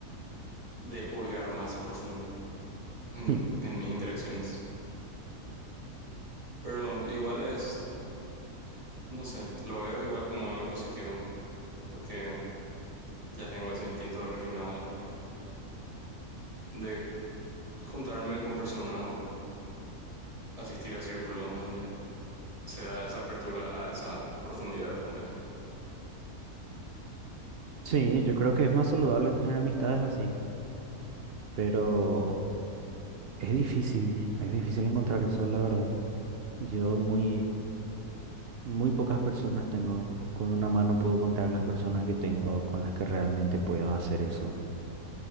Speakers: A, on the right; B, on the right.
A: de hurgar más profundo en,
B: <laughs>
A: en mis interacciones. Pero igual es, no sé, lo veo igual como algo positivo, porque ya tengo ese instinto refinado de, de juntarme con personas o asistir a círculos donde se da esa apertura a esa profundidad, ponerle.
B: Sí, yo creo que es más saludable tener amistades así, pero... Es difícil, es difícil encontrar eso, la verdad. Yo muy, muy pocas personas tengo, con una mano puedo contar las personas que tengo con las que realmente puedo hacer eso.